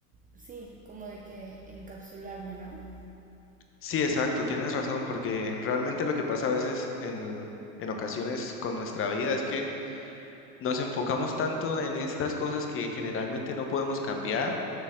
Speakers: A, on the right (about 15°); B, on the left (about 25°).
A: sí, como de que encapsularme, ¿no?
B: Sí, exacto, tienes razón, porque realmente lo que pasa a veces en, en ocasiones con nuestra vida es que nos enfocamos tanto en estas cosas que generalmente no podemos cambiar